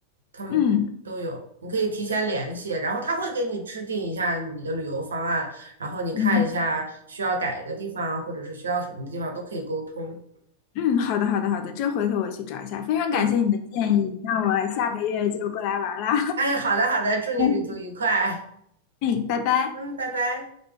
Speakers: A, on the right; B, on the left.
A: 他们都有，
B: 嗯
A: 你可以提前联系，然后他会给你制定一下你的旅游方案，然后你看一下需要改的地方，
B: 嗯
A: 或者是需要什么的地方都可以沟通。
B: 嗯，好的好的好的，这回头我去找一下。非常感谢你的建议，
A: 嗯，
B: 那我下个月就过来玩啦。
A: 哎，好的好的，祝你旅途愉快。
B: <laughs> 哎，拜拜。
A: 嗯，拜拜。